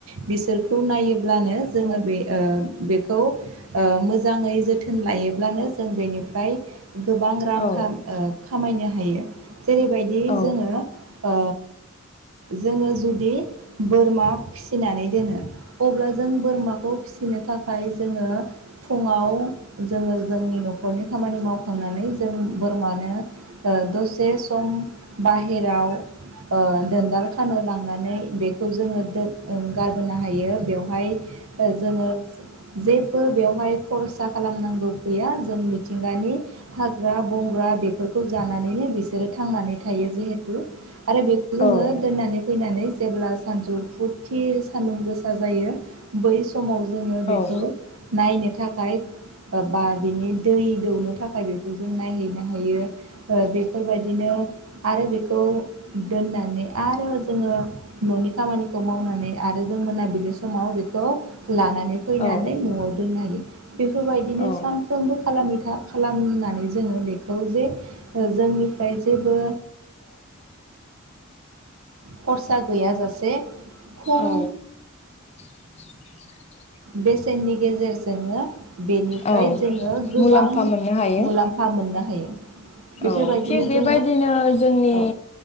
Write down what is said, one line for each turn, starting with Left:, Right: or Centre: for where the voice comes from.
Right: बिसोर खौ नायोब्लानो ओ बेखौ ओ मोजाङै जो जो थोन लायोब्लानो जों बेनि फ्राय गोबां रां
Left: औ
Right: खा ओ खामायनो हायो। जेरैबायदि
Left: औ
Right: जोङो ओ जोङो जु दि बोरमा फि फिनानै दोनो अब्ला जों बोरमाखौ फिसिनो थाखाय जोङो फुङाव जोङो जोंनि न'खरनि खामानि मावखांनानै जों बोरमानो दसे सम बाहेराव ओ दोनदाल खानो लांनानै बेखौ जोङो दोन गारबोनो हायो बेवहाय ओ जोङो जेबो बेवहाय खरसा खालामनांगौ गैया जों मिथिंगानि हाग्रा बंग्रा बेफोरखौ जानानैनो बिसोरो थांनानै थायो जिहेथु आरो बेखौ जोङो
Left: औ
Right: दोननानै फैनानै जेब्ला सानजौ फुरथि सान्दुं गोसा जायो। बैस समाव जोङो
Left: औ
Right: बेखौ नायनो थाखाय बा बिनि दै दौनो थाखाय बेखौ जों नायहैनो हायो। बेफोरबायदिनो आरो बेखौ दोननानै आरो जोङो न'नि खामानिखौ मावनानै आरो जों मोनाबिलि समाव बे <inaudible> लानानै फैनानै
Left: औ औ
Right: न'आव दोननो हायो बेफोरबायदिनो
Left: औ
Right: सानफ्रोमबो खालामै फोथा खालामनानै जोङो बेखौ जे जोंनिफ्राय जेबो खरसा गैयाजासे खम
Left: औ <inaudible>
Right: बेसेननि गेजेरजोंनो बेनिफ्राय
Left: औ
Right: जोङो गोबां
Left: मुलाम्फा मोननो हायो
Right: मुलाम्फा मोननो हायो। बेफोरबायदिनो
Left: औ थिग बेबायदिनो
Right: जोङो
Left: जोंनि
Right: औ